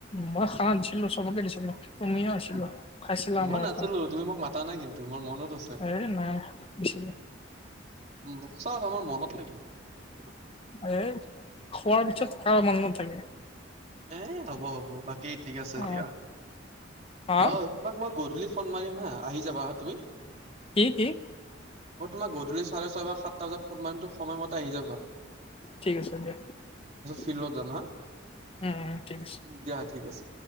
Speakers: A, on the left; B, on the right.
A: মই খানা দিছিলো চবকে দিছিলো তুমিও আ
B: ম-
A: খাইছিলা
B: মই
A: আমাৰ
B: নাছিলো
A: পৰা
B: তুমি মোক মাতা নাই কিন্তু মোৰ মনত আছে
A: এ নাইছিলো <inaudible>
B: <unintelligible>
A: আৰে খোৱাৰ পিছত কাৰো মোনত নাথাকে
B: এ হ'ব হ'ব বাকী ঠিক আছে
A: অ
B: দিয়া
A: হা
B: অ তোমাক মই গধূলি ফোন মাৰিম হা আহি যাবা হা তুমি
A: কি কি
B: তোমাৰ গধূলি চাৰে ছয় বা সাত সাতটা বজাত পোনো সময়মতে আহি যাবা
A: ঠিক আছে দিয়া <inaudible>
B: ফিল্ড যাম হা
A: উম উম ঠিক আছে
B: উ দিয়া ঠিক আছে